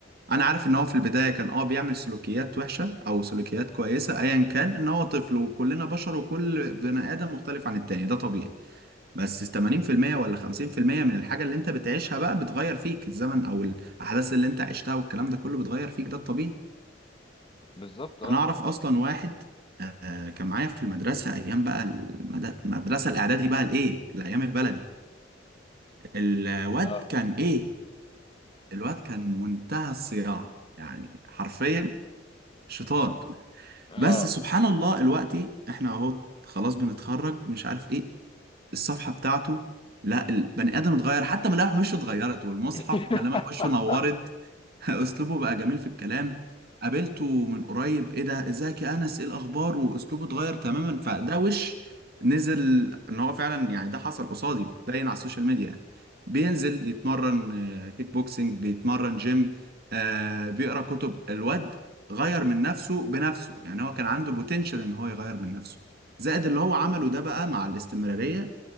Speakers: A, on the right; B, on the left.
A: انا عارف ان هو في البدايه كان اه بيعمل سلوكيات وحشه او سلوكيات كويسه ايا كان ان هو طفل وكلنا بشر وكل بني ادم مختلف عن التاني ده طبيعي بس 80% ولا 50% من الحاجه اللي انت بتعيشها بقى بتغير فيك الزمن او الاحداث اللي انت عشتها والكلام ده كله بتغير فيك ده الطبيعي
B: بالظبط اه
A: انا اعرف اصلا واحد آه، كان معايا في المدرسه ايام بقى المد- المدرسه الاعدادي بقى الايه الايام البلدي الواد
B: اه
A: كان ايه الواد كان منتهى الصياعه يعني حرفيا شيطان
B: اه
A: بس سبحان الله دلوقتي احنا اهو خلاص بنتخرج مش عارف ايه الصفحة بتاعته لا البني آدم اتغير حتى ملامح وشه اتغيرت والمصحف
B: <laughs>
A: ملامح وشه نورت <laughs> أسلوبه بقى جميل في الكلام قابلته من قريب إيه ده إزيك يا أنس إيه الأخبار وأسلوبه اتغير تماما فده وش نزل إن هو فعلا يعني ده حصل قصادي باين على السوشيال ميديا يعني بينزل يتمرن آه، كيك بوكسينج بيتمرن جيم آه، بيقرأ كتب الواد غير من نفسه بنفسه يعني هو كان عنده بوتنشال إن هو يغير من نفسه زائد اللي هو عمله ده بقى مع الاستمرارية